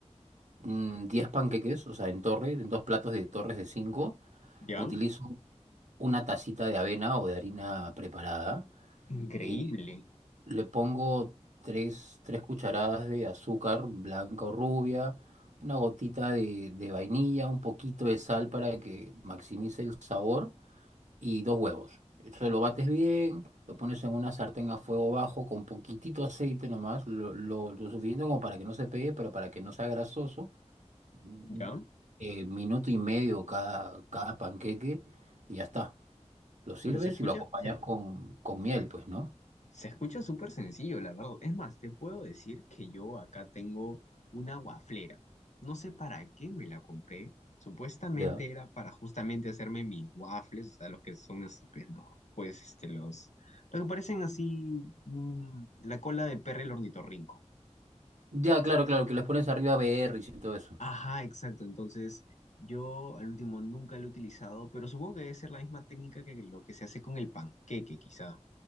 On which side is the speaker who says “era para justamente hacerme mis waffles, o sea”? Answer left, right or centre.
Left